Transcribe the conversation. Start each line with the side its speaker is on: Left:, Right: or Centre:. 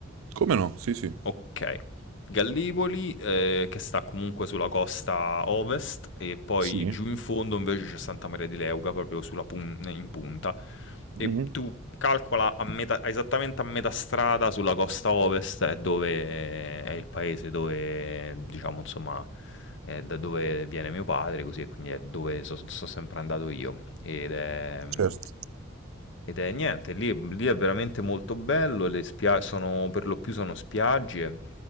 Right: Come no? Sì, sì.
Left: Okay. Gallipoli, ehm, che sta comunque sulla costa ovest e poi
Right: Sì?
Left: giù in fondo invece c'è Santa Maria di Leuca, proprio sulla pun in punta.
Right: Mhm,
Left: E tu calcola a metà esattamente a metà strada sulla costa ovest è dove è il paese dove diciamo insomma, è da dove viene mio padre, così e quindi è dove so so sempre andato io. Ed è, mhmm
Right: certo.
Left: ed è niente, lì, lì è veramente molto bello, le spia- sono, per lo più sono spiagge